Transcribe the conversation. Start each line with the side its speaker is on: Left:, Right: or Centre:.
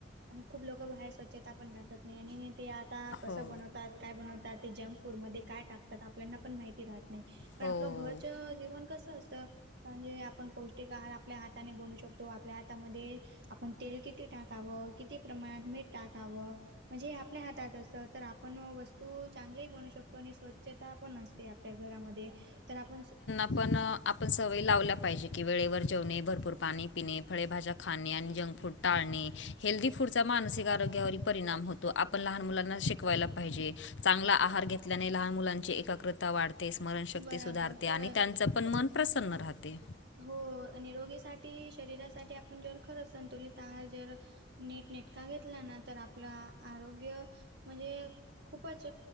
Right: आणि खूप लोक बाहेर स्वच्छता पण राहतात. नाही आणि ते आता कसं
Left: हो
Right: बनवतात काय बनवतात ते जंक फूडमध्ये काय टाकतात आपल्याना पण माहिती राहत नाही. पण
Left: हो
Right: आपलं घरच जेवण कसं असतं? कारण, जे आपण पौष्टिक आहार आपल्या हाताने बनू शकतो आपल्या हातामध्ये आपण तेल किती टाकावं किती प्रमाणात मीठ टाकावं म्हणजे आपल्या हातात असं तर आप पण वस्तू चांगलीही बनू शकतो, आणि स्वच्छता पण असते आपल्या घरामध्ये तर आपण स
Left: आपण आपण सवयी लावल्या पाहिजे, की वेळेवर जेवणे भरपूर पाणी पिणे फळेभाज्या खाणे आणि जंक फूड टाळणे हेल्दी फूड चा मानसिक आरोग्यावर परिणाम होतो, आपण लहान मुलांना शिकवायला पाहिजे. चांगला आहार घेतल्याने लहान मुलांची एकग्रता वाढते, स्मरणशक्ती
Right: बराबर
Left: सुधारते
Right: खरंच
Left: आणि त्यांच पण मन प्रसन्न राहते.
Right: हो, आणि रोगीसाठी शरीरासाठी आपण जर खरंच संतुलित आहार जर नीट नेटका घेतला ना, तर आपला आरोग्य म्हणजे खूपच